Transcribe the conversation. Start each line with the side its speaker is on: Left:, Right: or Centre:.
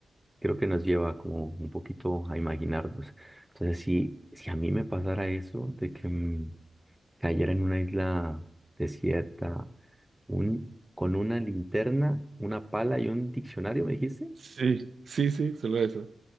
Centre: creo que nos lleva como un poquito a imaginarnos. Entonces, si, si a mí me pasara eso, de que mm, cayera en una isla desierta, un, con una linterna, una pala y un diccionario, me dijiste,
Right: Sí, sí, sí, solo eso.